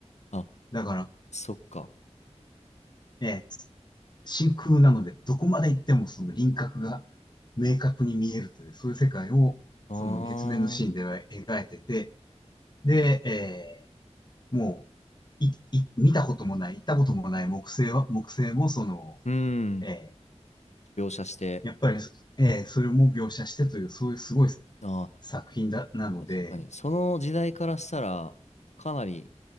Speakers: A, on the left (about 70°); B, on the left (about 40°).
A: あ、
B: だから、
A: そっか。
B: え真空なので、どこまで行ってもその輪郭が明確に見えるという、そういう世界を、
A: あ
B: その月面のシーンでは描いてて、で、えー、もう、い、い、見たこともない、行ったこともない木星は、木星もその、
A: ー、うん。
B: え
A: 描写して。
B: ー、やっぱり、えー、それも描写してという、そういうすごい
A: あー
B: 作品だ、なので、
A: 確かに、その時代からしたら、かなり